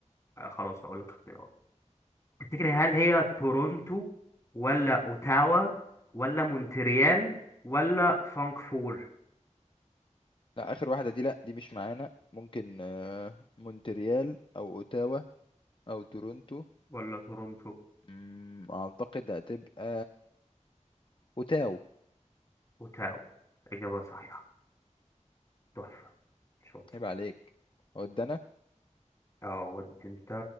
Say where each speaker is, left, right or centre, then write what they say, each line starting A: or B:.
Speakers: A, on the left (about 25°); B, on the left (about 40°).
A: آه خلاص هقول لك اختيارات تفتكر هل هي تورونتو ولا أوتاوا ولا مونتريال ولا فانكفور
B: لا آخر واحدة دي لأ دي مش معانا ممكن آه، مونتريال أو أوتاوا أو تورونتو
A: ولا تورونتو
B: مم، أعتقد هتبقى أوتاو
A: وتاو إجابة صحيحة تحفة شاطر
B: عيب عليك ود أنا
A: اه ودي انت